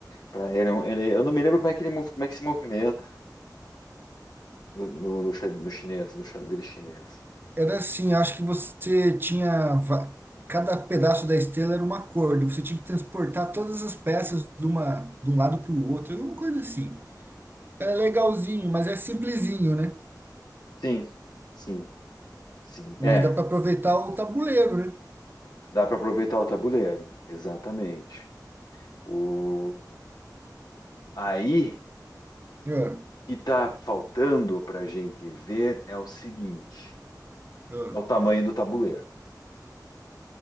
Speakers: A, on the left; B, on the right.
A: Pra ele, é um- ele- eu não me lembro como é que ele mov- como é que se movimenta no, no, no, chi- no chinês, no xadrez chinês.
B: Era assim, acho que você tinha. va- Cada pedaço da estrela era uma cor, e você tinha que transportar todas as peças de, uma, de um lado para o outro, alguma coisa assim. Era legalzinho, mas é simplesinho, né?
A: Sim, sim, sim. É,
B: Mas dá para aproveitar o tabuleiro, né?
A: dá para aproveitar o tabuleiro. Exatamente. O, aí,
B: Ah,
A: o que está faltando para a gente ver é o seguinte:
B: ah,
A: é o tamanho do tabuleiro.